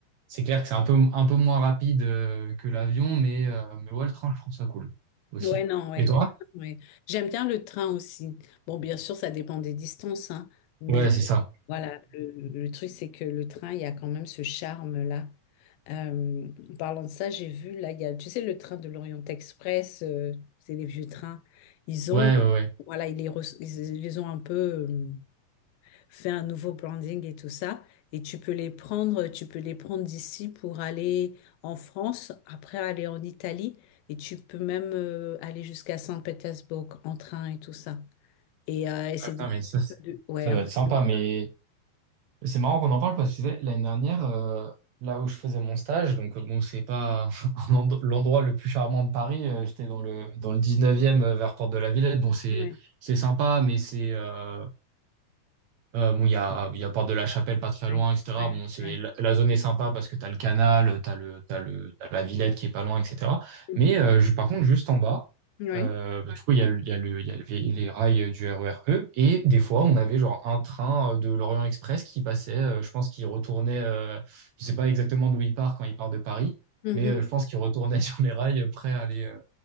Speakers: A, on the right; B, on the left.
A: c'est clair que c'est un peu, un peu moins rapide euh, que l'avion, mais, euh, mais ouais, le train, je trouve ça cool aussi.
B: Ouais, non, ouais,
A: Et toi?
B: le train, ouais. J'aime bien le train aussi. Bon, bien sûr, ça dépend des distances, hein, mais
A: Ouais, c'est ça.
B: Voilà, le, le truc, c'est que le train, il y a quand même ce charme-là. Euh, en parlant de ça, j'ai vu, là, il y a, tu sais, le train de l'Orient Express, euh, c'est les vieux trains. Ils
A: Ouais,
B: ont,
A: ouais, ouais.
B: voilà, ils les, re- ils, ils ont un peu euh, fait un nouveau branding et tout ça. Et tu peux les prendre, tu peux les prendre d'ici pour aller en France, après aller en Italie. Et tu peux même euh, aller jusqu'à Saint-Pétersbourg en train et tout ça. Et, euh, et c'est
A: Ah, putain,
B: un
A: mais ça, c'est-
B: peu de... Ouais,
A: ça
B: un
A: va
B: peu
A: être sympa.
B: de...
A: Mais C'est marrant qu'on en parle parce que tu sais, l'année dernière, euh, là où je faisais mon stage, donc euh, bon, c'est pas <laughs> un end- l'endroit le plus charmant de Paris, euh, j'étais dans le, dans le 19e euh, vers Porte de la Villette. Bon, c'est
B: ouais.
A: c'est sympa, mais c'est euh, euh, bon, il y a, il y a Porte de la Chapelle pas très
B: ouais,
A: loin, etc.
B: ouais,
A: Bon, c'est,
B: ouais.
A: la, la zone est sympa parce que t'as le canal, t'as le, t'as le, t'as la Villette qui est pas loin, etc.
B: Mhm.
A: Mais euh, ju- par contre, juste en bas,
B: Ouais.
A: euh, bah, du coup, il y a, le- il y a, le, il y a les, les rails du R E R E. Et des fois, on avait genre un train euh, de l'Orient Express qui passait, euh, je pense qu'il retournait, euh, je sais pas exactement d'où il part quand il part de Paris,
B: Mhm.
A: mais euh, je pense qu'il retournait <laughs> sur les rails euh, prêt à aller, euh,